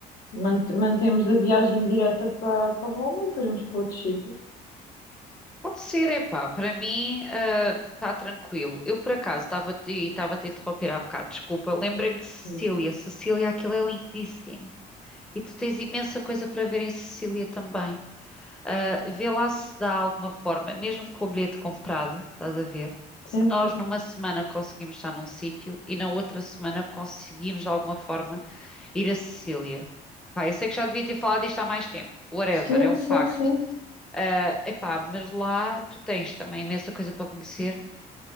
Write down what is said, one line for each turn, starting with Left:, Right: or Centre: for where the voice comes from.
Left: mant- mantemos a viagem direta para para Roma e depois vamos para outro sítio.
Centre: Pode ser, epá, para mim está tranquilo. Eu por acaso estava e estava a te interromper há bocado, desculpa. Lembrei-me de Sicília.
Left: Isso.
Centre: Sicília, aquilo é lindíssimo. E tu tens imensa coisa para ver em Sicília também. Ah, vê lá se dá alguma forma, mesmo com o bilhete comprado, estás a ver? Se
Left: Sim,
Centre: nós numa semana conseguimos estar num sítio e na outra semana conseguimos de alguma forma ir a Sicília. Pá, eu sei que já devia ter falado disto há mais tempo. Whatever,
Left: sim,
Centre: é um
Left: sim,
Centre: facto.
Left: sim. sim.
Centre: Ah, epá, mas lá tu tens também imensa coisa para conhecer.